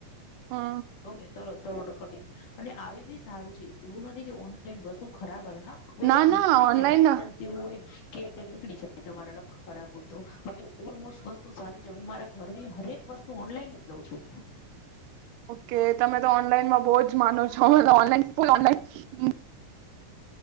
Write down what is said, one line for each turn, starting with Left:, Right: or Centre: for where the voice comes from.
Right: હ
Left: ને <unintelligible> <unintelligible> અને આવી ભી સારું છે એવું નથી કે ઓનલાઈન વસ્તુ ખરાબ આવે હા કોઈ
Right: ના
Left: વાર
Right: ના
Left: નીકળી
Right: ઓનલાઈન
Left: જાય બાય
Right: હા
Left: ચાન્સ એવું હોય <unintelligible> ખરાબ હોય તો બાકી ઓલમસ્ટ વસ્તુ સારી છે હું મારા ઘરની હરેક વસ્તુ ઓનલાઈન જ લઉં છું
Right: ઓકે તમે તો ઓનલાઈનમાં બો જ માનો છો ઓનલાઈન અમે ઓન ફૂલ ઓનલાઈન